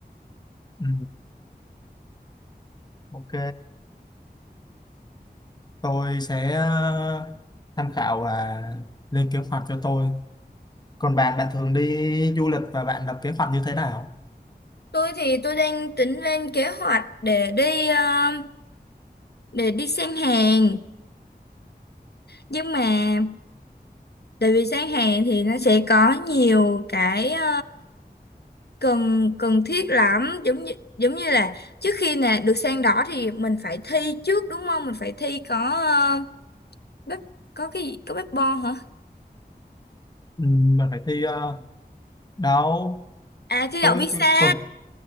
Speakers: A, on the left (about 25°); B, on the left (about 70°).
A: ừ. ok tôi sẽ ờ, tham khảo và lên kế hoạch cho tôi còn bạn bạn thường đi du lịch và bạn lập kế hoạch như thế nào
B: tôi thì tôi đang tính lên kế hoạch để đi ờ, để đi sang Hàn nhưng mà tại vì sang Hàn thì nó sẽ có nhiều cái ờ, cần cần thiết lắm giống như giống như là trước khi nè được sang đỏ thì mình phải thi trước đúng không mình phải thi có ờ, bếp có cái gì có bếp bo hả
A: ừ. mình phải thi ờ, đâu
B: à thi
A: tôi
B: đậu visa
A: tôi- còn